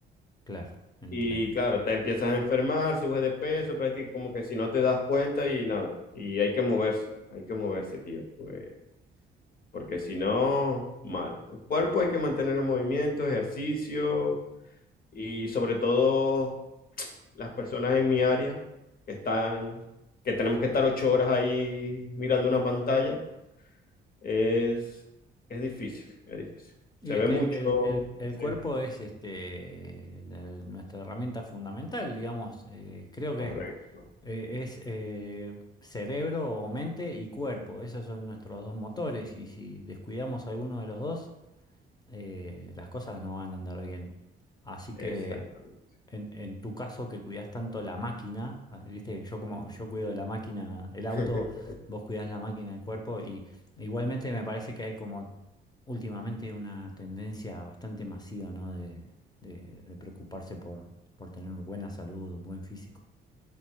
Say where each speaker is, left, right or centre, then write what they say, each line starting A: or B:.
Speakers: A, on the left; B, on the left.
A: claro, entiendo.
B: Y claro, te empiezas a enfermar, subes de peso, prácticamente como que si no te das cuenta y nada. Y hay que moverse, hay que moverse, tío. pues, porque si no, mal. El cuerpo hay que mantener el movimiento, ejercicio y sobre todo las personas en mi área que están, que tenemos que estar ocho horas ahí mirando una pantalla, es, es difícil, es difícil.
A: Y
B: Se
A: es
B: ve
A: que
B: mucho,
A: el, el- el- el cuerpo
B: sí,
A: es este, la- nuestra herramienta fundamental, digamos. eh, creo que
B: correcto,
A: eh, es eh, cerebro o mente y cuerpo. Esos son nuestros dos motores y si descuidamos alguno de los dos, eh, las cosas no van a andar bien. Así que
B: exactamente.
A: en, en tu caso que cuidas tanto la máquina, ah, viste, yo como yo cuido la máquina, el auto,
B: <laughs>
A: vos cuidás la máquina, el cuerpo, y igualmente me parece que hay como últimamente una tendencia bastante masiva, ¿no? De, de- de preocuparse por, por tener buena salud, buen físico.